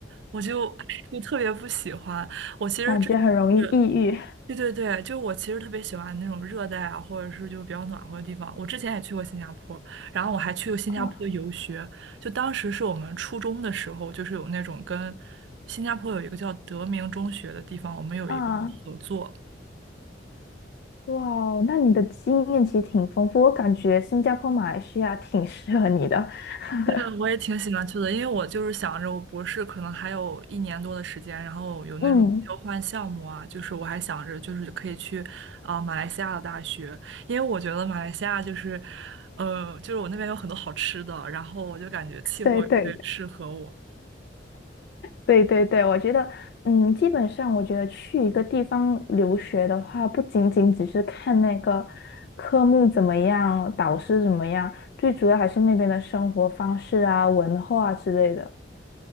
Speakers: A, on the right (about 70°); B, on the left (about 60°).
A: 我就 <laughs> 就特别不喜欢。我其实真的是。
B: 感觉很容易抑郁。
A: 对对对，就我其实特别喜欢那种热带啊，或者是就比较暖和的地方。我之前也去过新加坡，然后我还去过新加坡游学。
B: 啊
A: 就当时是我们初中的时候，就是有那种跟新加坡有一个叫德明中学的地方，我们有一个合作，
B: 啊，哇哦，那你的经验其实挺丰富，我感觉新加坡、马来西亚挺适合你的。<laughs>
A: 对啊，我也挺喜欢去的，因为我就是想着我博士可能还有一年多的时间，然后有那种交换项目啊，
B: 嗯，
A: 就是我还想着就是可以去啊、马来西亚的大学，因为我觉得马来西亚就是，呃，就是我那边有很多好吃的，然后我就感觉气候也特别适合我。
B: 对对。对对对，我觉得，嗯，基本上我觉得去一个地方留学的话，不仅仅只是看那个科目怎么样，导师怎么样，最主要还是那边的生活方式啊、文化啊之类的。